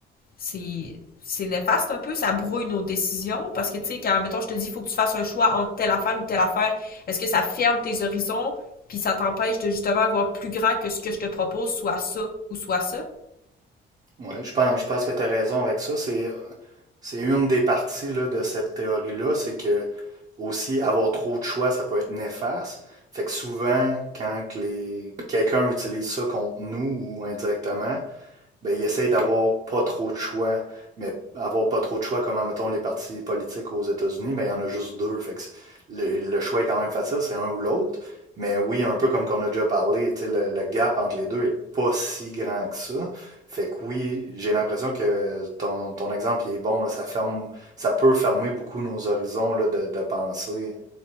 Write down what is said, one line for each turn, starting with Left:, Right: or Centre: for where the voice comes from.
Left: c'est c'est néfaste un peu, ça brouille nos décisions parce que tu sais quand mettons je te dis il faut que tu fasses un choix entre telle affaire ou telle affaire, est-ce que ça ferme tes horizons puis ça t'empêche de justement avoir plus grand que ce que je te propose soit ça ou soit ça
Right: Oui, je pense, je pense que tu as raison avec ça. C'est, c'est une des parties là, de cette théorie-là, c'est que aussi avoir trop de choix, ça peut être néfaste. Fait que souvent, quand que les, quelqu'un utilise ça contre nous ou indirectement, ben, ils essayent d'avoir pas trop de choix. Mais avoir pas trop de choix, comme mettons les partis politiques aux États-Unis, ben, il y en a juste deux. Fait que le, le choix est quand même facile, c'est un ou l'autre. Mais oui, un peu comme qu'on a déjà parlé, tu sais, le, le gap entre les deux est pas si grand que ça. Fait que oui, j'ai l'impression que ton, ton exemple il est bon, là, ça ferme, ça peut fermer beaucoup nos horizons là, de, de pensée